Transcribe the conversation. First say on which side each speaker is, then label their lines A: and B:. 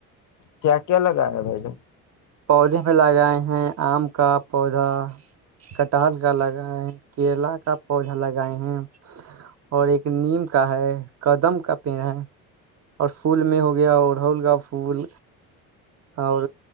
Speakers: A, on the left (about 45°); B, on the right (about 40°).
A: کیا کیا لگا رہا بھائی ج
B: پودے پہ لگائے ہیں آم کا پودا کٹال کا لگائے ہیں کیرلا کا پودا لگائے ہیں اور ایک نیم کا ہے کدم کا پیڑ ہے اور پھول میں ہو گیا اڑہول کا پھول اور